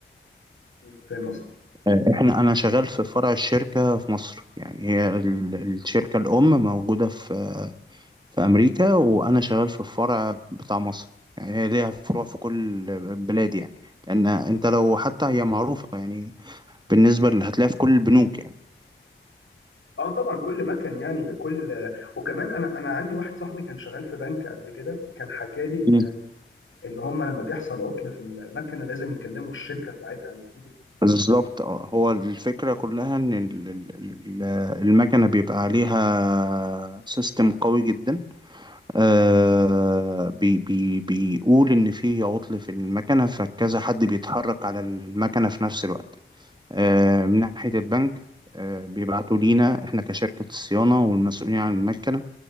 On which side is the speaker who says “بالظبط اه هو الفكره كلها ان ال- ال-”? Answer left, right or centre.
Right